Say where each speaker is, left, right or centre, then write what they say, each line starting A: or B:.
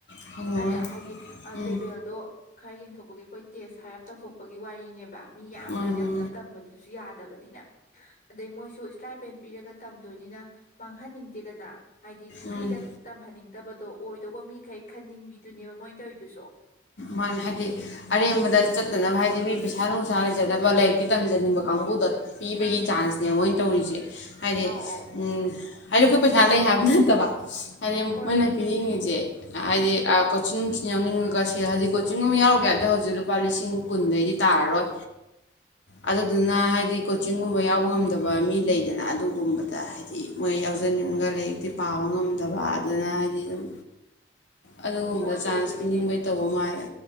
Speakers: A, on the left (about 85°); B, on the left (about 45°).
A: ꯈꯪꯉꯔꯣꯏ
B: ꯅꯠꯇ꯭ꯔꯥ ꯍꯥꯏꯗꯤ
A: ꯎꯝ
B: ꯂꯦꯕꯦꯜꯗꯣ ꯈꯔ ꯌꯦꯡꯊꯣꯛꯄꯒꯤ ꯑꯩꯈꯣꯏ ꯇꯦꯁ ꯍꯥꯏꯔꯞ ꯇꯧꯊꯣꯛꯄꯒꯤ ꯋꯥꯔꯤꯅꯦꯕ ꯃꯤ ꯌꯥꯝꯕꯅꯤꯅ
A: ꯃꯥꯅꯤ
B: ꯄꯨꯂꯞ ꯇꯝꯕꯗꯨꯁꯨ ꯌꯥꯗꯕ ꯕꯅꯤꯅ ꯑꯗꯩ ꯃꯣꯏꯁꯨ ꯏꯁꯇ꯭ꯔꯥꯏꯄꯦꯟ ꯄꯤꯔꯒ ꯇꯝꯗꯣꯏꯅꯤꯅ ꯃꯥꯡꯍꯟꯅꯤꯡꯗꯦꯗꯅ ꯍꯥꯏꯗꯤ ꯐ꯭ꯔꯤꯗ
A: ꯃꯥꯅꯤ
B: ꯇꯝꯍꯟꯅꯤꯡ ꯠꯇꯕꯗꯣ ꯑꯣꯏꯗꯧꯕ ꯃꯤꯈꯩ ꯈꯟꯅꯤꯡ ꯑꯗꯨꯅꯦꯕ ꯃꯣꯏꯅ ꯇꯧꯔꯤꯗꯨꯁꯨ
A: ꯃꯥ ꯍꯥꯏꯗꯤ ꯑꯔꯦꯝꯕꯗ ꯆꯠꯇꯅꯕ ꯍꯥꯏ ꯃꯤ ꯄꯩꯁꯥꯔ
B: ꯍꯣꯏ ꯍꯣꯏ
A: ꯁꯥꯅ ꯆꯗꯕ ꯂꯩ ꯇꯝꯖꯅꯤꯡꯕ ꯀꯥꯡꯕꯨꯗ ꯄꯤꯕꯒꯤ
B: ꯃꯥꯅꯦ ꯃꯥꯅꯦ
A: ꯆꯥꯟꯁꯅꯦ ꯃꯣꯏꯅ ꯇꯧꯔꯤꯁꯦ ꯍꯥꯏꯗꯤ
B: ꯑꯧ ꯑꯧ
A: ꯎꯝ ꯍꯥꯏꯗꯤ ꯑꯩꯈꯣꯏ ꯄꯩꯁꯥ ꯂꯩ ꯍꯥꯏꯕ ꯅꯠꯇꯕ ꯍꯥꯏꯗꯤ
B: ꯍꯣꯏ
A: ꯃꯣꯏꯅ
B: ꯍꯣꯏ ꯆꯨꯝꯃꯦ
A: ꯄꯤꯅꯤꯡꯉꯤꯖꯦ ꯍꯥꯏꯗꯤ ꯑꯥ ꯀꯣꯆꯤꯡ ꯁꯤ ꯌꯥꯎꯅꯤꯡꯉꯒ ꯍꯦ ꯍꯖꯤꯛ ꯀꯣꯆꯤꯡ ꯒꯨꯝ ꯌꯥꯎꯔꯨꯒꯦ ꯍꯥꯏꯕꯗ ꯍꯧꯖꯤꯛ ꯍꯧꯖꯤꯛ ꯂꯨꯄꯥ ꯂꯤꯁꯤꯡ ꯀꯨꯟꯗꯩꯗꯤ ꯇꯥꯔꯔꯣꯏ ꯑꯗꯨꯗꯨꯅ ꯍꯥꯏꯗꯤ ꯀꯣꯆꯤꯡꯒꯨꯝꯕ ꯌꯥꯎꯕ ꯉꯝꯗꯕ ꯃꯤ ꯂꯩꯗꯅ ꯑꯗꯨꯒꯨꯝꯕꯗ ꯍꯥꯏꯗꯤ ꯃꯣꯏ ꯌꯥꯎꯖꯅꯤꯡꯉꯒ ꯂꯥꯏꯔꯤꯛꯇꯤ ꯄꯥꯕ ꯉꯝꯗꯕ ꯑꯗꯨꯅ ꯍꯥꯏꯗꯤ ꯗꯨꯝ ꯑꯗꯨꯒꯨꯝꯕꯗ
B: ꯍꯣꯏ ꯑꯣꯏꯗꯣꯏꯅꯦ
A: ꯆꯥꯟꯁ ꯄꯤꯅꯤꯡꯕꯩ ꯇꯧꯕ ꯃꯥꯜꯂꯦ